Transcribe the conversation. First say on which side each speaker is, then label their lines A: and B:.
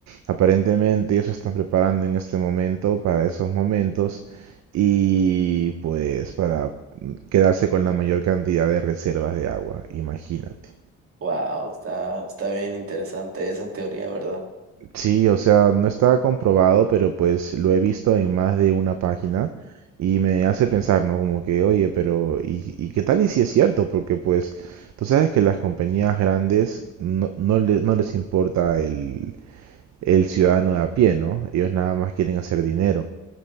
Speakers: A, on the right; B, on the right.
A: Aparentemente ellos se están preparando en este momento para esos momentos y pues para quedarse con la mayor cantidad de reservas de agua, imagínate.
B: Wow, está, está bien interesante esa teoría, ¿verdad?
A: Sí, o sea, no está comprobado, pero pues lo he visto en más de una página y me hace pensar, ¿no? Como que, oye, pero ¿y, y qué tal y si es cierto? Porque pues tú sabes que las compañías grandes no, no, le- no les importa el, el ciudadano de a pie, ¿no? Ellos nada más quieren hacer dinero.